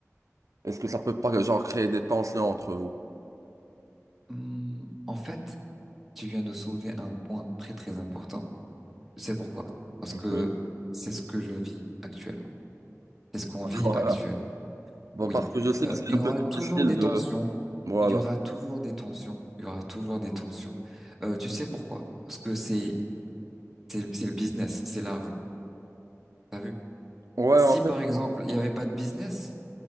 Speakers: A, on the right (about 80°); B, in the centre.
A: Est-ce que ça peut pas genre créer des tensions entre vous?
B: Hum, en fait, tu viens de soulever un point très très important. C'est pourquoi? Parce que
A: Oui.
B: c'est ce que je vis actuellement. C'est ce qu'on vit
A: Voilà.
B: actuellement.
A: Bon,
B: Oui,
A: parce que je sais
B: Euh,
A: que c'est
B: il
A: un
B: y aura
A: peu
B: toujours
A: difficile
B: des
A: de...
B: tensions.
A: Voilà.
B: Il y aura toujours des tensions. Il y aura toujours des tensions. Euh, tu sais pourquoi? Parce que c'est C'est, c'est le business, c'est l'argent. T'as vu?
A: Ouais,
B: Si
A: en fait.
B: par exemple, il n'y avait pas de business,